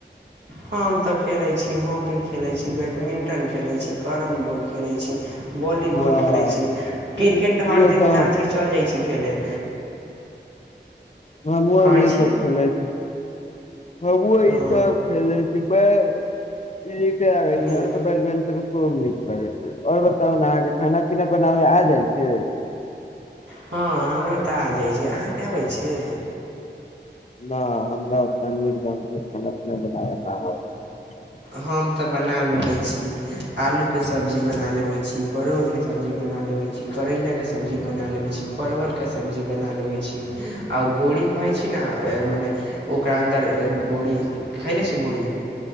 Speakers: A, on the right; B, on the left.
A: हम त खेलै छी, हॉकी खेलै छी, बैडमिंटन खेलै छी, कैरम बोर्ड खेलै छी, वॉलीबॉल
B: हँ
A: खेलै छी, क्रिकेट
B: इहे
A: त हर
B: सब
A: दिन सांझे चल जाइ छी, खेलय
B: हमहु
A: कहै
B: इहे सब
A: छी
B: खेलो छी हम
A: हँ
B: इ सब खेलै छी। कि बै ई एकरा आबय छै,
A: नीक
B: हमरा तै बैडमिंटन खुब नीक लगै छै और बताउ नै अहाँके खाना-पीना बनाबे आ जाइ छै।
A: हां हमरा त आ जाइ छै, अहाँके आबै छै?
B: ना हमरा उतना नीक ढंग से खाना-पीना बनाबै नै आबे छै।
A: हम त बना लेबै छी, आलूके सब्जी बना लेबै छी। परोड़के सब्जी बना लेबै छी, करेलाके सब्जी बना लेबै छी, परवलके सब्जी बना लेबै छी। आ उ बोरी कहै छी नै ए मने ओकरा अन्दर ए बोरी खयलै छीयै बोरी?